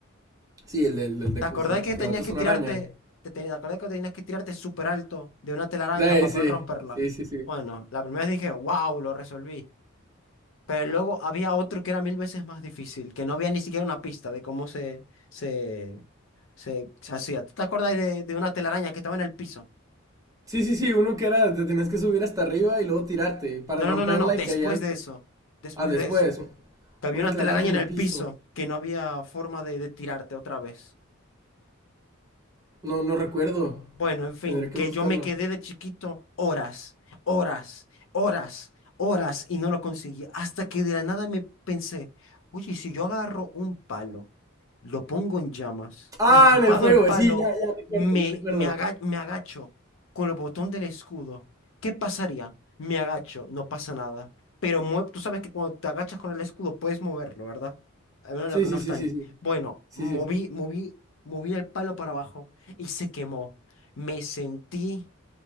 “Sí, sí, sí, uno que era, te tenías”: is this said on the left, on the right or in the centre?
Right